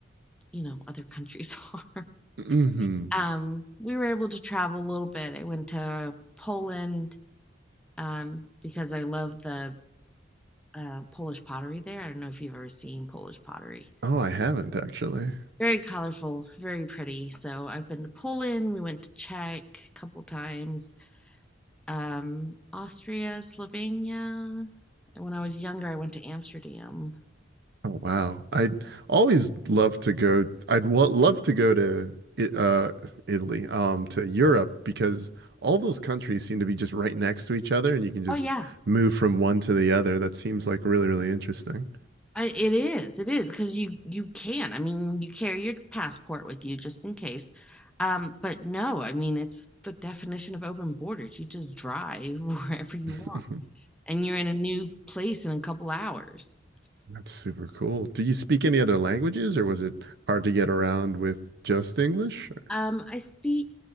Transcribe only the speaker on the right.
hmm
Oh, I haven't actually.
Oh, wow. I'd always love to go. I'd wa- love to go to I- uh, Italy, um, to Europe because all those countries seem to be just right next to each other, and you can just
move from one to the other. That seems like really, really interesting.
<laughs>
That's super cool. Do you speak any other languages, or was it hard to get around with just English?